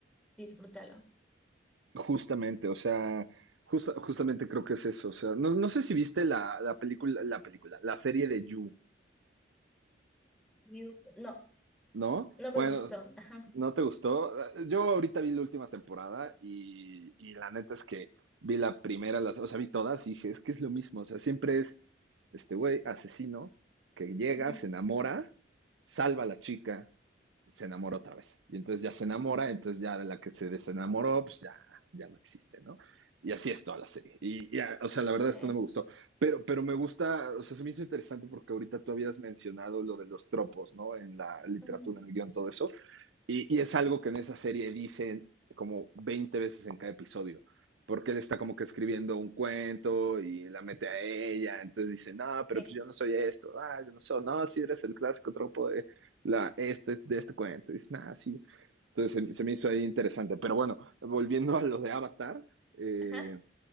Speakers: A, in the centre; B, on the right.
A: disfrútalo.
B: Justamente, o sea, justa- justamente creo que es eso. O sea, no, no sé si viste la, la película, la película, la serie de You,
A: You- No,
B: ¿no?
A: no me
B: Bueno,
A: gustó. Ajá.
B: ¿no te gustó? Yo ahorita vi la última temporada y, y la neta es que vi la primera, las, o sea, vi todas y dije, es que es lo mismo. O sea, siempre es este güey asesino que llega,
A: Ujú.
B: se enamora, salva a la chica, se enamora otra vez. Y entonces ya se enamora, entonces ya la que se desenamoró, pues ya, ya no existe, ¿no? Y así es toda la serie. Y, y, o sea, la verdad
A: Sí.
B: esto no me gustó. Pero, pero me gusta, o sea, se me hizo interesante porque ahorita tú habías mencionado lo de los tropos, ¿no? En la literatura,
A: Ujú.
B: en el guión, todo eso. Y, y, es algo que en esa serie dicen como 20 veces en cada episodio, porque él está como que escribiendo un cuento y la mete a ella, entonces dice, no,
A: Sí.
B: pero pues yo no soy esto, ah, yo no soy, no, sí eres el clásico tropo de, la, este, de este cuento, y dice, ah, sí. Entonces se, se, me hizo ahí interesante, pero bueno, volviendo a lo de Avatar, eh,
A: Ajá.